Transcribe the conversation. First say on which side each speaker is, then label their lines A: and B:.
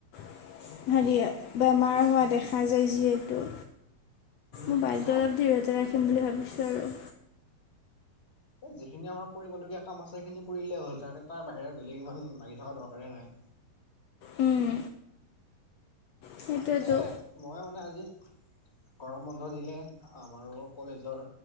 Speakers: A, on the left; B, on the left.
A: - হেৰি এইয়া, বেমাৰ হোৱা দেখা যায় যিহেতু।
B: উম
A: মোবাইলটো
B: উম
A: অলপ দূৰতে ৰাখিম বুলি ভাবিছোঁ আৰু।
B: এ যিখিনি আমাৰ কৰিবলগীয়া কাম আছে সেইখিনি কৰিলে হ'ল তাৰ তাৰ বাহিৰে বেলেগ ইমান লাগি থকা দৰকাৰে নাই।
A: উম। সেইটোৱেতো
B: তাকে মই মানে আজি - গৰম বন্ধ দিলে আমাৰো কলেজৰ